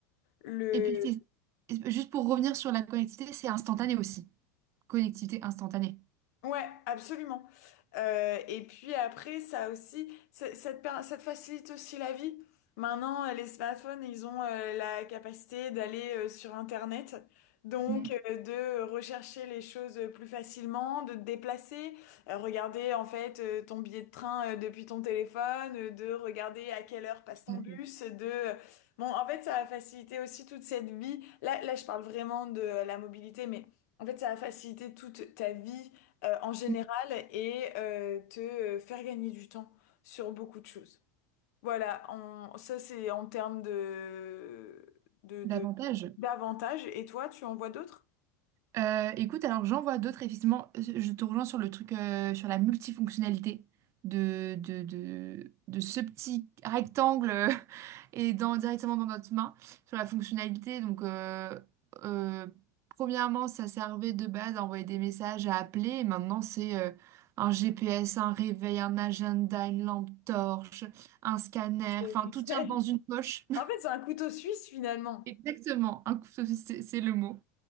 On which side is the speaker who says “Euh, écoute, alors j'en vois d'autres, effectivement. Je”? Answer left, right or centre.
Right